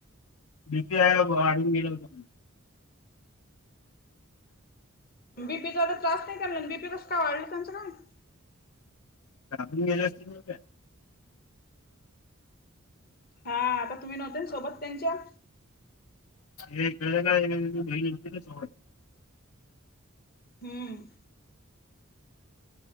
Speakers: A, on the left; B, on the left.
A: बी. पी. आय वाढून गेला होता म्हणे
B: बी. पी. चा तर त्रास नाही त्यांना अन बी. पी. कस काय वाढला त्यांचा काय माहित?
A: घाबरून गेले असतील ना ते.
B: हा आता तुम्ही नव्हते ना सोबत त्यांच्या.
A: हे कळे ना <inaudible> होती ना सोबत.
B: हम्म